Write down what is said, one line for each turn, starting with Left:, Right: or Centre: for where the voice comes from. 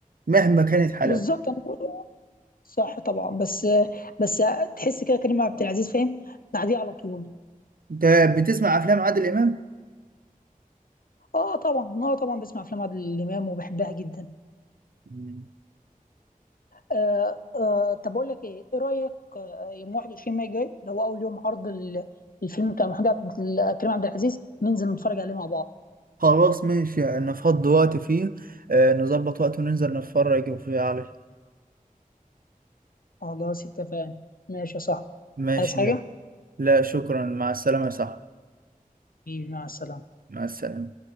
Right: مهما كانت حلاوة
Left: بالظبط انا صح طبعا بس بس تحس كده كريم عبد العزيز فاهم بعديه على طول
Right: انت بتسمع أفلام عادل إمام؟
Left: اه طبعا اه طبعا بسمع افلام عادل امام وبحبها جدا
Right: مم.
Left: آه آه طب اقول لك ايه ايه رايك آه، يوم 21 ماي جاي اللي هو اول يوم عرض ال- الفيلم بتاع محمود عبد ال- كريم عبد العزيز ننزل نتفرج عليه مع بعض
Right: خلاص ماشي نفضي وقت فيه آه نظبط وقت وننزل نتفرج فيه عليه
Left: خلاص اتفقنا ماشي يا صاحبي
Right: ماشي
Left: عايز حاجه
Right: لا شكرا مع السلامة يا صاحبي
Left: حبيبي، مع السلامه
Right: مع السلامة